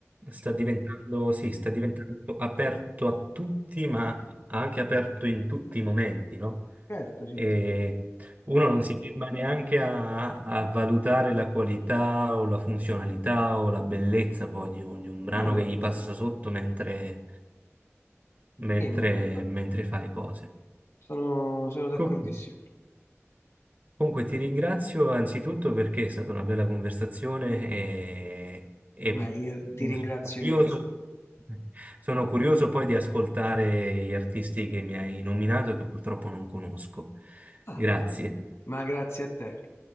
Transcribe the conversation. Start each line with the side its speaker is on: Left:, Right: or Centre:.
Right: Sta diventando, sì, sta diventando aperto a tutti, ma anche aperto in tutti i momenti, no?
Left: Certo, sì,
Right: e
Left: sì.
Right: uno non si ferma neanche a, a valutare la qualità o la funzionalità o la bellezza poi di un, di un brano
Left: No, no,
Right: che
Left: ma
Right: gli
Left: infatti.
Right: passa sotto mentre, mentre-
Left: Sì, no, ma infatti.
Right: mentre fa le cose.
Left: Sono, sono d'accordissimo.
Right: Co- Comunque ti ringrazio anzitutto perché è stata una bella conversazione e, e
Left: Ma io
Right: sono
Left: ti ringrazio
Right: curioso,
Left: io. è stato-
Right: sono curioso poi di ascoltare gli artisti che mi hai nominato e che purtroppo non conosco.
Left: Ah,
Right: Grazie.
Left: eh, ma grazie a te.